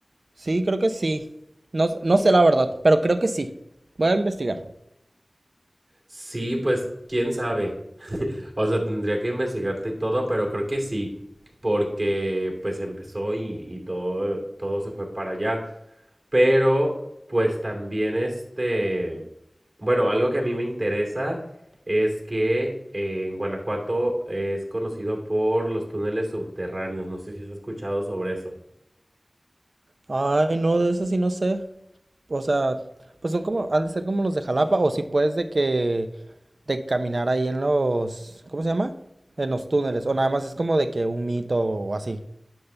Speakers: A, on the right; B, on the right.
A: Sí, creo que sí. No, no sé la verdad, pero creo que sí. Voy a investigar.
B: Sí, pues quién sabe. <laughs> O sea, tendría que investigarte y todo, pero creo que sí, porque pues empezó y, y todo, todo se fue para allá. Pero pues también este, bueno, algo que a mí me interesa es que eh, en Guanajuato es conocido por los túneles subterráneos. No sé si has escuchado sobre eso.
A: Ay, no, de eso sí no sé. O sea, pues son como, han de ser como los de Jalapa, o si puedes de que, de caminar ahí en los, ¿cómo se llama? En los túneles, o nada más es como de que un mito o así.